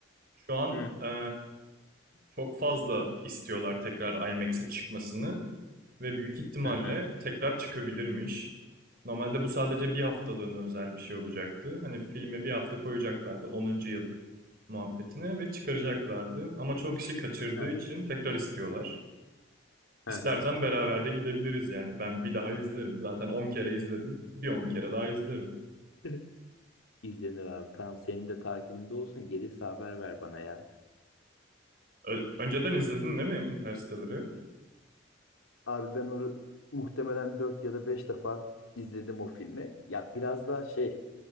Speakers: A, on the right (about 45°); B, on the left (about 85°).
A: Şu an
B: Hı.
A: e, Çok fazla istiyorlar tekrar IMAX'e çıkmasını ve büyük ihtimalle
B: Hı hı.
A: tekrar çıkabilirmiş. Normalde bu sadece bir haftalığına özel bir şey olacaktı. Hani filme bir hafta koyacaklardı onuncu yıl muhabbetine ve çıkaracaklardı. Ama çok kişi kaçırdığı
B: Hı hı.
A: için tekrar istiyorlar. İstersen
B: Hı hı.
A: beraber de gidebiliriz yani. Ben bir daha izlerim. Zaten 10 kere izledim. Bir 10 kere daha izlerim.
B: <laughs> İzlenir abi. Tamam senin de takibinde olsun. Gelirse haber ver bana ya.
A: Ö- önceden izledin değil mi Interstellar'ı?
B: Abi ben onu muhtemelen 4 ya da 5 defa izledim o filmi. Ya biraz da şey